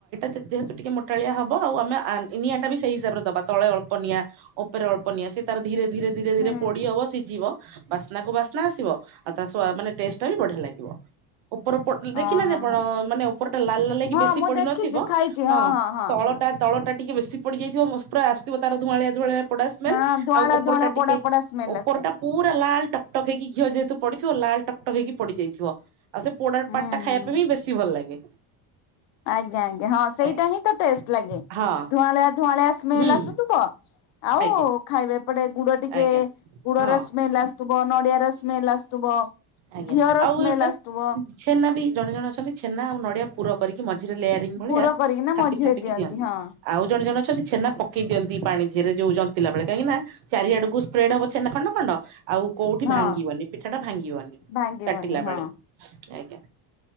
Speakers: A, on the right (about 80°); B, on the left (about 80°).
A: ଯେତେତୁ ଟିକେ ମୋଟାଳିଆ ହବ ଆଉ ଆମେ ନିଆଁ ଟା ବି ସେଇ ହିସାବରେ ଦବା ତଳେ ଅଳ୍ପ ନିଆଁ ଉପରେ ଅଳ୍ପ ନିଆ ସେ ତାର ଧୀରେ ଧୀରେ ଧୀରେ
B: ହୁଁ
A: ଧୀରେ ପଡି ହବ ସିଝିବ ବାସ୍ନା କୁ ବାସ୍ନା ଆସିବ ଆଉ ତା ମାନେ ଟେଷ୍ଟ ଟା ବି ବଢିଆ ଲାଗିବ। ଉପର
B: ହଁ
A: ଦେଖିନାହାନ୍ତି
B: ହଁ
A: ଆପଣ
B: ହଁ
A: ମାନେ ଉପର ଟା ଲାଲ ଲା ଲକି
B: ହଁ
A: ବେଶୀ
B: ମୁଁ
A: ପଡି
B: ଦେଖିଛି
A: ନଥିବ।
B: ଖାଇଛି
A: ହଁ ତଳଟା
B: ହଁ।
A: ତଳଟା ଟିକେ ବେଶୀ ପୋଡିଯାଇଥିବ ମ ପୁରା ଆସିଥିବ ତାର ଧୂଆଳିଆ ଧୂଆଳିଆ- ପୋଡା ସ୍ମେଲ
B: ହଁ ଧୂଆଁଳା
A: ଆଉ ଉପରଟା
B: ଧୂଆଁଳା ପୋଡା
A: ଟିକେ
B: ପୋଡା ସ୍ମେଲ
A: ଉପରଟା
B: ଆସେ
A: ପୁରା ଲାଲ ଟକ୍ଟକ ହେଇକି ଘିଅ ଯେହେତୁ ପଡିଥିବ ଲାଲ ଟକ୍ଟକ ହେଇକି ପଡିଯାଇଥିବ। ଆଉ ସେ ପୋଡା
B: ହୁଁ
A: ପାଟ ଟା ଖାଇବା
B: ହୁଁ।
A: ପାଇଁ ବି ବେଶୀ ଭଲ ଲାଗେ।
B: ଆଜ୍ଞା ଆଜ୍ଞା ହଁ ସେଇଟା
A: ଆଜ୍ଞା
B: ହିଁ ତ ଟେଷ୍ଟ ଲାଗେ
A: ହଁ
B: ଧୂଆଁଳିଆ ଧୁଆଁଳିଆ ସ୍ମେଲ
A: ହୁଁ
B: ଆସୁଥିବ ଆଉ
A: ଆଜ୍ଞା
B: ଖାଇବେ ଏପଟେ ଗୁଡ ଟିକେ
A: ଆଜ୍ଞା
B: ଗୁଡର
A: ହଁ
B: ସ୍ମେଲ ଆସୁ ଆଥିବ ନଡିଆ ର ସ୍ମେଲ ଆସୁଥିବ
A: ଆଜ୍ଞା
B: ଘିଅ ର
A: ଆଉ
B: ସ୍ମେଲ
A: ଗୋଟେ
B: ଆସୁଥିବ।
A: ଛେନା ବି ଜଣେ ଜଣ ଅଛନ୍ତି ଛେନା ଆଉ ନଡିଆ ପୁର କରିକି ମଝିରେ ଲେଆ ଭଳିଆ
B: ପୁର କରିକିନା
A: ଥାପି
B: ମଝିରେ
A: ଥାପିକି ଦିଅନ୍ତି।
B: ହଁ
A: ଆଉ ଜଣେ ଜଣ ଅଛନ୍ତି ଛେନା ପକେଇ ଦିଅନ୍ତି ପାଣି <unintelligible> ଯୋଉ ଜନ୍ତିଲା ବେଳେ କାହିଁକି ନା ଚାରିଆଡକୁ ସ୍ପ୍ରେଡ଼ ହବ ଛେନା ଖଣ୍ଡ ଖଣ୍ଡ। ଆଉ କୋଉଠି
B: ହଁ।
A: ଭାଙ୍ଗିବନି ପିଠା ଟା ଭାଙ୍ଗିବନି
B: ଭାଙ୍ଗିବନି
A: କାଟିଲା
B: ହଁ
A: ବେଳେ ଆଜ୍ଞା।